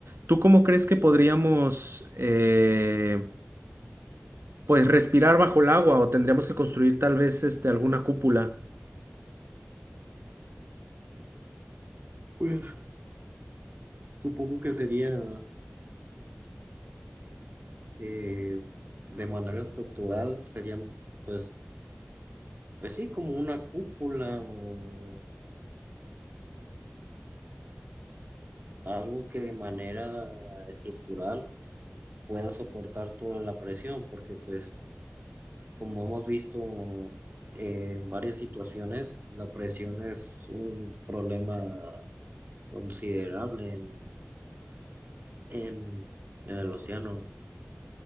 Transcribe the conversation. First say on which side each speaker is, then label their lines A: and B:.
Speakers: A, on the right; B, on the right.
A: ¿Tú cómo crees que podríamos, eh, pues, respirar bajo el agua o tendríamos que construir tal vez este, alguna cúpula?
B: pues Supongo que sería eh, de manera estructural, sería pues, pues sí, como una cúpula o algo que de manera estructural pueda soportar toda la presión, porque pues como hemos visto eh, en varias situaciones, la presión es un problema considerable en, en, en el océano,